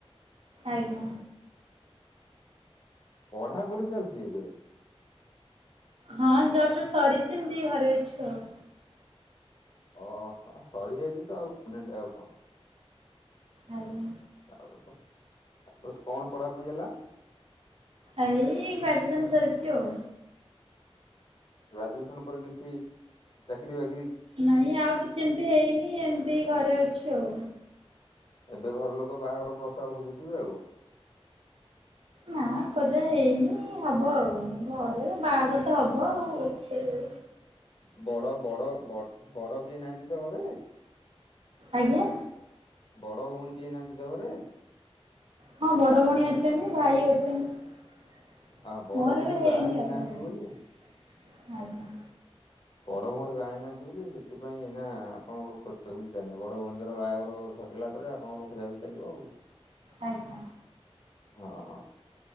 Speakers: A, on the right; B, on the left.
A: ଆଜ୍ଞା।
B: ପଢାପଢି ଚାଲିଛି ଏବେ?
A: ହଁ ଜଷ୍ଟ ସରିଛି ଏମତି ଘରେ ଅଛି ଆଉ
B: ଓ ସରିଯାଇଛି ତ ଷ୍ଟୁଡେଣ୍ଟ ଆଉ କଣ?
A: ଆଜ୍ଞା।
B: ତାପରେ ତାପରେ, କଣ ପଢାପଢି ହେଲା?
A: ଏଇ ଗ୍ରାଜୁଏସନ ସରିଛି ଆଉ
B: ଗ୍ରାଜୁଏସନ ପରେ କିଛି ଚାକିରି ବା
A: ନାଇଁ ଆଉ କିଛି ଏମିତି ହେଇନି, ଏମିତି ଘରେ ଅଛି ଆଉ
B: ଏବେ ଘର ଲୋକ ବାହାଘର ପ୍ରସ୍ତାବ ଖୋଜୁଥିବେ ଆଉ
A: ନା ଖୋଜା ହେଇନି ହବ ଆଉ, ଘରେ ବାହାଘର ତ ହବ ଆଉ ହାଲୋ
B: ବଡ ବଡ ବଡ କେହି ନାହାନ୍ତି ତ ଘରେ?
A: ଆଜ୍ଞା।
B: ବଡ ଭଉଣୀ କେହି ନାହାନ୍ତି ତ ଘରେ?
A: ହଁ ବଡ ଭଉଣୀ ଅଛନ୍ତି, ଭାଇ ଅଛନ୍ତି।
B: ଆଉ ବଡ
A: ମୋର
B: ଭଉଣୀ
A: ବି ହେଇନି
B: ବାହା ହେଇନାହାନ୍ତି
A: ଆଉ ଆଜ୍ଞା।
B: ବୋଲି ବଡ ଭଉଣୀ ବାହା ହେଇ ନାହାନ୍ତି ବୋଲି ସେଥିପାଇଁ ନା, ଏଇନା ଆପଣଙ୍କର ଖୋଜାଖୋଜି ଚାଲିନି, ବଡ ଭଉଣୀଙ୍କର ବାହାଘର ସରିଲା ପରେରେ ଆପଣଙ୍କ ଖୋଜାଖୋଜି ଚାଲିବ ଆଉ,
A: ଆଜ୍ଞା
B: ହଁ ହ